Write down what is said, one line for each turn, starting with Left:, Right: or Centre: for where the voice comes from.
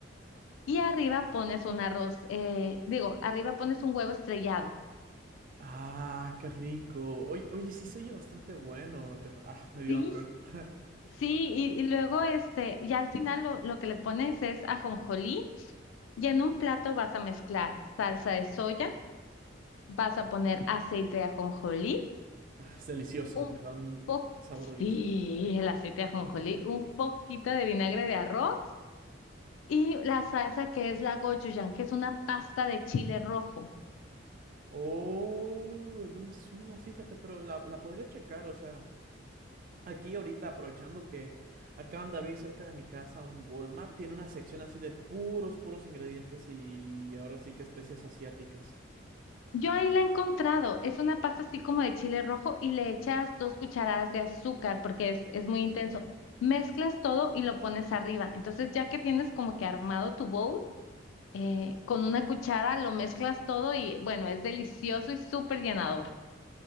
Left: y arriba pones un arroz, eh, digo, arriba pones un huevo estrellado.
Right: Ah, qué rico. Oye, oye, sí se oye bastante bueno. te ju- ah, me dio
Left: Sí,
Right: hambre ahorita. <laughs>
Left: Sí, y, y luego este, ya al final lo, lo que le pones es ajonjolí y en un plato vas a mezclar salsa de soya, vas a poner aceite de ajonjolí,
Right: Ah, Es delicioso,
Left: un
Right: le da un
Left: po
Right: sabor
Left: sí,
Right: delicioso a la carne
Left: el aceite de ajonjolí, un poquito de vinagre de arroz y la salsa que es la gochujang, que es una pasta de chile rojo.
Right: Oh, no me suena, fíjate, pero la, la podría checar, o sea, aquí ahorita aprovechando que acaban de abrir cerca de mi casa un Walmart, tiene una sección así de puros, puros ingredientes y ahora sí que especias asiáticas.
Left: Yo ahí la he encontrado. Es una pasta así como de chile rojo y le echas dos cucharadas de azúcar porque es, es muy intenso. Mezclas todo y lo pones arriba. Entonces, ya que tienes como que armado tu bowl, eh, con una cuchara lo mezclas todo y bueno, es delicioso y súper llenador.